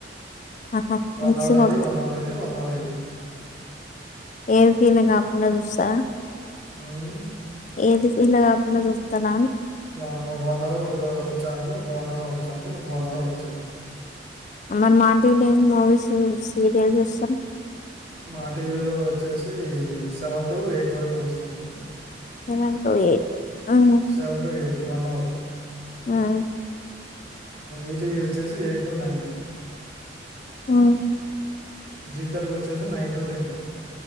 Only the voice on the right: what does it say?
వన్
అవర్
అది వన్ అవర్ ఇది వన్ ఇది
హ్మ్
<unintelligible> వన్ అవర్ అయిపోయింది కుర్చోని <unintelligible> <unintelligible> ఒక వన్ అవర్ అయె కిచెన్ లో
మా టీవీలో వచ్చేసి సెవెన్ టు ఎయిట్ వరకు చూస్తండి
సెవెన్ to eight one hour
ఈటీవీ వచ్చేసి ఎయిట్ టు నైను
జీ తెలుగు వచ్చేసి నైన్ టు టెన్